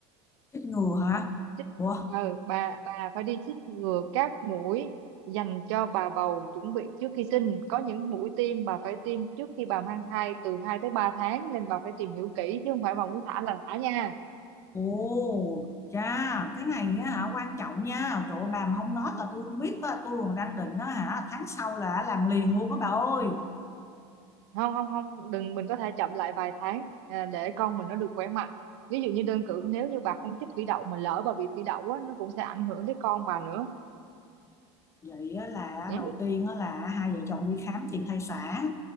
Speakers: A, on the left; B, on the right.
A: chết ngừa hả
B: chích
A: Ủa
B: ờ, bà bà phải đi chích ngừa các mũi dành cho bà bầu chuẩn bị trước khi sinh có những mũi tiêm bà phải tiêm trước khi bà mang thai từ 2 tới 3 tháng nên bà phải tìm hiểu kỹ chứ không phải bà muốn thả là thả nha
A: Ồ, cha, cái này á, hả quan trọng nha. Trời ơi, bà mà không nói là tôi không biết á, tôi còn đang định á hả tháng sau là làm liền luôn á bà ơi.
B: không không không đừng mình có thể chậm lại vài tháng à, để con mình nó được khỏe mạnh ví dụ như đơn cử nếu như bà không chích thủy đậu mà lỡ bà bị thủy đậu á nó cũng sẽ ảnh hưởng tới con bà nữa
A: Vậy á, là
B: ừ,
A: đầu tiên á, là hai vợ chồng đi khám tiền thai sản,